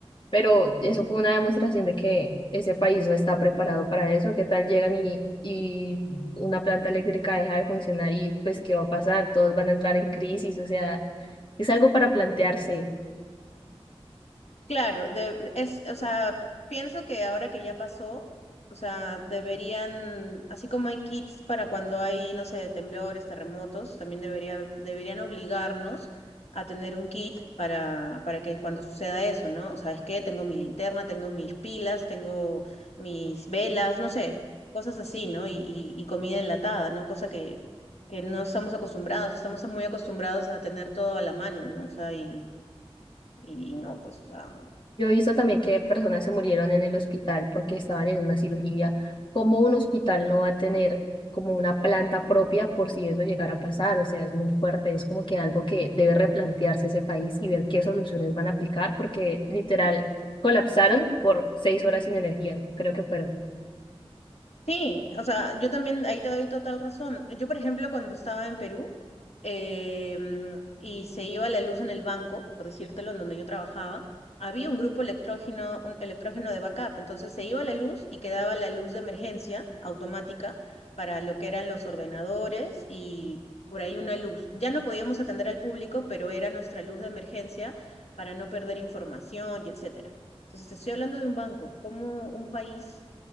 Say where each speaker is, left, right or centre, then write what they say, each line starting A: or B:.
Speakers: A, on the left (about 50°); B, on the left (about 85°).
A: Pero eso fue una demostración de que ese país no está preparado para eso. ¿Qué tal llegan y, y una planta eléctrica deja de funcionar y pues qué va a pasar? Todos van a entrar en crisis, o sea, es algo para plantearse.
B: Claro, de- es, o sea, pienso que ahora que ya pasó, o sea, deberían, así como hay kits para cuando hay, no sé, temblores, terremotos, también debería, deberían obligarnos a tener un kit para, para que cuando suceda eso, ¿no? ¿Sabes qué? Tengo mi linterna, tengo mis pilas, tengo mis velas, no sé, cosas así, ¿no? Y, y, y comida enlatada, ¿no? Cosa que, que no estamos acostumbrados, estamos muy acostumbrados a tener todo a la mano, ¿no? O sea, y... Y no, pues, o sea,
A: Yo he visto también que personas se murieron en el hospital porque estaban en una cirugía. ¿Cómo un hospital no va a tener como una planta propia por si eso llegara a pasar? O sea, es muy fuerte, es como que algo que debe replantearse ese país y ver qué soluciones van a aplicar porque literal colapsaron por seis horas sin energía, creo que fueron.
B: Sí, o sea, yo también ahí te doy total razón. Yo, por ejemplo, cuando estaba en Perú em, y se iba la luz en el banco, por decírtelo, en donde yo trabajaba, había un grupo electrógeno, un electrógeno de backup. Entonces se iba la luz y quedaba la luz de emergencia automática para lo que eran los ordenadores y por ahí una luz. Ya no podíamos atender al público, pero era nuestra luz de emergencia para no perder información y etcétera. Entonces, te estoy hablando de un banco, como un país